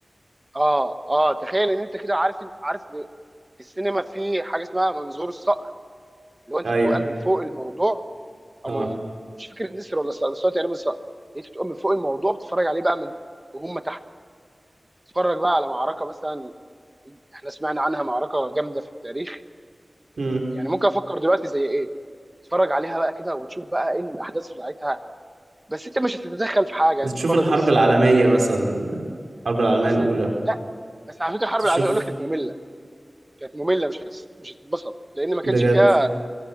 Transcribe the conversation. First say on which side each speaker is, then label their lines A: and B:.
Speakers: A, on the right (about 25°); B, on the right (about 85°).
A: اه اه تخيل ان انت كده عارف عارف في السينما في حاجه اسمها منظور الصقر اللي هو انت
B: ايوه
A: بتبقى من فوق الموضوع
B: اه
A: او من... مش فاكر النسر ولا الصقر بس هو تقريبا الصقر انت بتبقى من فوق الموضوع بتتفرج عليه بقى من وهم تحت تتفرج بقى على معركه مثلا احنا سمعنا عنها معركه جامده في التاريخ
B: امم
A: يعني ممكن افكر دلوقتي زي ايه تتفرج عليها بقى كده وتشوف بقى ايه الاحداث بتاعتها بس انت مش هتتدخل في حاجه
B: تشوف
A: انت تتفرج
B: الحرب
A: بس
B: العالمية مثلا الحرب العالمية
A: مثلا
B: الأولى
A: لا بس على فكره الحرب
B: تشوف
A: العالميه يقول لك كانت ممله كانت ممله مش هتس... مش هتتبسط لان ما
B: بجد
A: كانش فيها